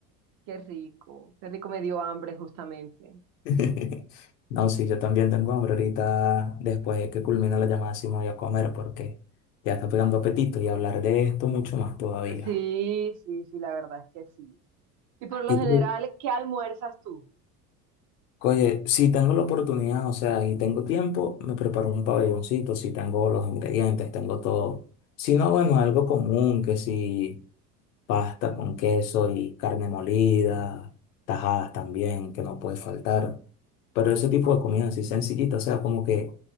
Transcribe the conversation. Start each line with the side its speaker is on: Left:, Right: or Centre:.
Right: Qué rico. Qué rico me dio hambre justamente.
Left: <laughs> No, sí, yo también tengo hambre ahorita, después de que culmina la llamada, sí me voy a comer porque ya está pegando apetito y hablar de esto mucho más todavía.
Right: Sí, sí, sí, la verdad es que sí. Y por lo
Left: ¿Y
Right: general,
Left: tú
Right: ¿qué almuerzas tú?
Left: Oye, si tengo la oportunidad, o sea, y tengo tiempo, me preparo un pabelloncito, si tengo los ingredientes, tengo todo. Si no, bueno, algo común, que si pasta con queso y carne molida, tajadas también, que no puede faltar. Pero ese tipo de comida así sencillita, o sea, como que